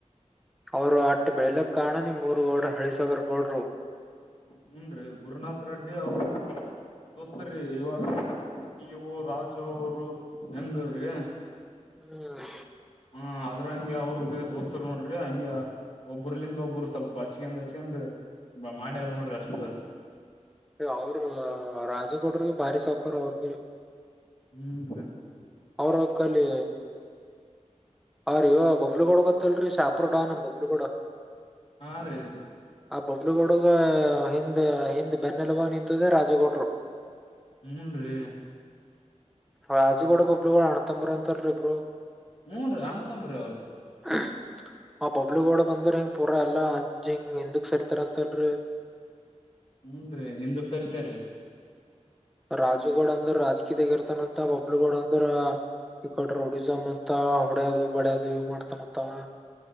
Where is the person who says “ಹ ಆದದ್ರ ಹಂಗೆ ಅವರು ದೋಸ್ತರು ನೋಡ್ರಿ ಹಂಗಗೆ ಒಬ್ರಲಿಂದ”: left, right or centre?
Left